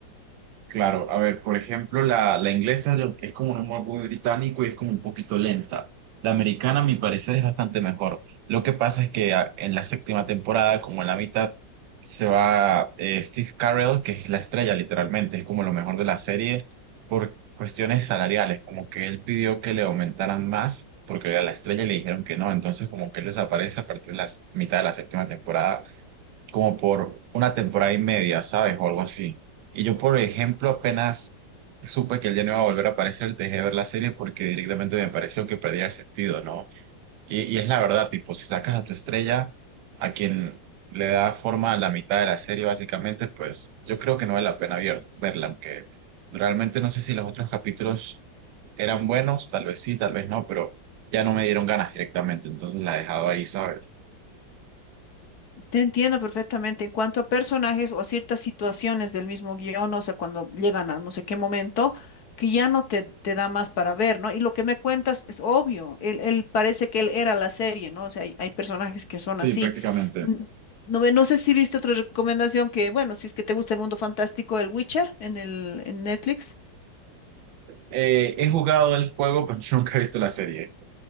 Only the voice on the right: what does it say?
claro. A ver, por ejemplo, la, la inglesa yo- que es como un humor muy británico y es como un poquito lenta. La americana, a mi parecer, es bastante mejor. Lo que pasa es que a- en la séptima temporada, como en la mitad, se va eh, Steve Carell, que es la estrella literalmente, es como lo mejor de la serie, por cuestiones salariales, como que él pidió que le aumentaran más, porque era la estrella y le dijeron que no, entonces como que él desaparece a partir de la s- mitad de la séptima temporada como por una temporada y media, ¿sabes? O algo así. Y yo, por ejemplo, apenas supe que él ya no iba a volver a aparecer, dejé de ver la serie porque directamente me pareció que perdía el sentido, ¿no? Y, y es la verdad, tipo, si sacas a tu estrella, a quien le da forma a la mitad de la serie, básicamente, pues yo creo que no vale la pena ver- verla, aunque realmente no sé si los otros capítulos eran buenos, tal vez sí, tal vez no, pero ya no me dieron ganas directamente, entonces la he dejado ahí, ¿sabes?
Sí,
prácticamente.
Eh, he jugado el juego, pero <laughs> nunca he visto la serie.